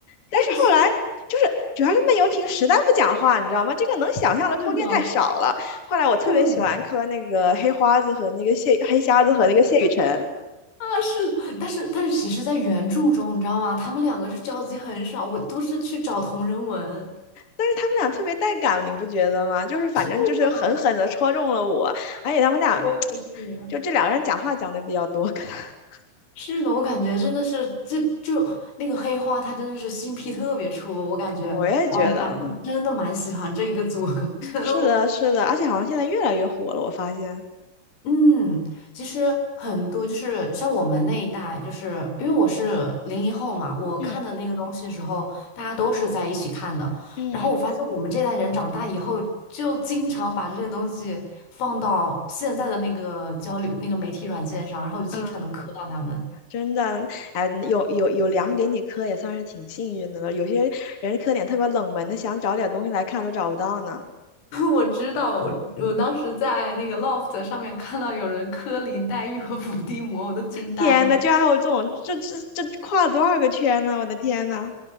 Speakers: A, on the left (about 30°); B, on the left (about 75°).
A: 但是后来就是主要是闷油瓶实在不讲话，
B: 也是。
A: 你知道吗？这个能想象的空间太少了。
B: 是的，
A: 后来我特别喜欢磕那个黑花子和那个谢黑瞎子和那个谢雨辰，
B: 对啊，是的，但是但是，其实，在原著中，你知道吗？他们两个就交集很少，我都是去找同人文。
A: 但是他们俩特别带感，你不觉得吗？就是反正就是狠狠的戳中了我，
B: 是的，
A: 而且他们俩
B: 我也是。
A: 就这两个人讲话讲的比较多，<laughs>
B: 是的，我感觉真的是，这就那个黑花，他真的是新 p 特别出，我感觉
A: 我也觉得
B: 真的蛮喜欢这一个组合，<laughs> 真的我。
A: 是的，是的，而且好像现在越来越火了，我发现。
B: 嗯，其实很多就是像我们那一代，就是因为我是零零后嘛，我看的那个东西的时候，
A: 嗯
B: 大家都是在一起看的。
A: 嗯。
B: 然后我发现我们这代人长大以后，就经常把这些东西放到现在的那个交流那个媒体软件上，然后就经常能磕到他们。
A: 嗯，真的，哎，有有有粮给你磕，也算是挺幸运的了。有些人磕点特别冷门的，想找点东西来看都找不到呢。
B: <laughs> 我知道，我我当时在那个 Loft 上面看到有人磕林黛玉和伏地魔，我都惊呆了。
A: 天呐，居然还有这种，这这这跨了多少个圈呢？我的天呐，